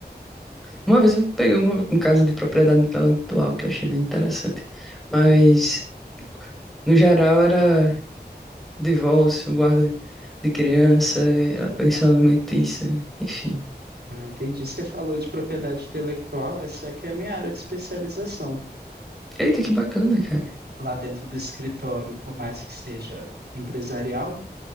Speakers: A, in the centre; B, on the right.
A: uma vez eu peguei uma- um caso de propriedade intelectual que eu achei bem interessante. Mas, no geral, era divórcio, guarda de criança, a pensão alimentícia, enfim.
B: Ah, entendi. Você falou de propriedade intelectual, essa é que é a minha área de especialização.
A: Eita, que bacana, cara.
B: Lá dentro do escritório, por mais que seja empresarial,